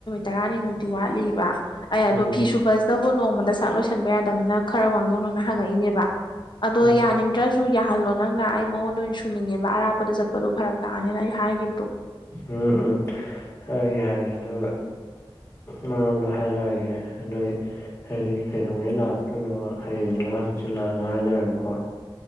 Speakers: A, on the left; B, on the left.
A: ꯇꯔꯥꯅꯤꯃꯨꯛꯇꯤ ꯋꯥꯠꯂꯤꯕ ꯑꯦ
B: ꯎꯝ
A: ꯑꯗꯣ ꯐꯤ ꯁꯨꯕꯁꯤꯕꯨ ꯅꯃ ꯆꯥꯛ ꯂꯣꯏꯁꯟꯕ ꯌꯥꯗꯕꯅ ꯈꯔ ꯃꯥꯡꯖꯧꯅꯅ ꯍꯪꯉꯛꯏꯅꯦꯕ ꯑꯗꯣ
B: ꯎꯝ
A: ꯌꯥꯅꯤꯡꯗ꯭ꯔꯁꯨ ꯌꯥꯍꯜꯂꯣ ꯅꯪꯅ ꯑꯩ ꯃꯉꯣꯟꯗ ꯆꯨꯅꯤꯡꯉꯦꯕ ꯑꯔꯥꯞꯄꯗ ꯆꯠꯄꯗꯣ ꯐꯔꯛ ꯇꯥꯅꯤꯅ ꯑꯩ ꯍꯥꯏꯈꯤꯕꯗꯣ
B: ꯎꯝ ꯎꯝ ꯍꯥꯏꯒꯦ ꯍꯥꯏꯒꯦ ꯑꯗꯨꯒ ꯃꯔꯣꯟꯗꯣ ꯍꯥꯏꯔꯛꯑꯒꯦ ꯑꯗꯨꯒꯤ ꯍꯌꯦꯡ ꯀꯩꯗꯧꯉꯩ ꯂꯥꯛꯇꯣꯏꯅꯣ ꯍꯌꯦꯡꯅ ꯍꯪꯆꯤꯜꯂꯛꯑꯅ ꯍꯥꯏꯅꯔꯒꯀꯣ